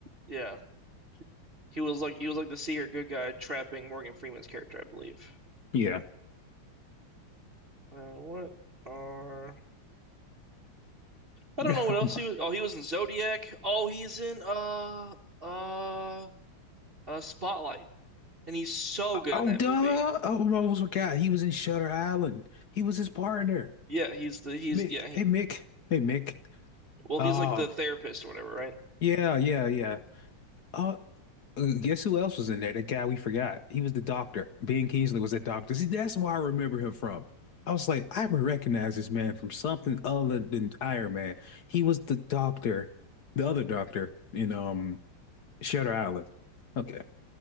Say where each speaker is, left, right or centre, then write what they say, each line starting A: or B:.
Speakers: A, on the right (about 30°); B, on the left (about 55°).
A: Yeah. He was like he was like the secret good guy trapping Morgan Freeman's character, I believe.
B: Yeah.
A: Uh, what are I
B: <laughs>
A: don't know what else he was. Oh, he was in Zodiac. Oh, he's in uh uh uh Spotlight, and he's so good
B: Oh,
A: in that
B: duh.
A: movie.
B: Oh, I almost forgot. He was in Shutter Island. He was his partner,
A: Yeah, he's the he's
B: Mick.
A: yeah he
B: Hey, Mick. Hey, Mick.
A: well
B: Oh,
A: he's like the therapist or whatever, right?
B: yeah, yeah, yeah. Oh, uh, guess who else was in there? The guy we forgot. He was the doctor. Ben Kingsley was the doctor. See, that's why I remember him from. I was like, I would recognize this man from something other than Iron Man. He was the doctor, the other doctor in um Shutter Island. Okay.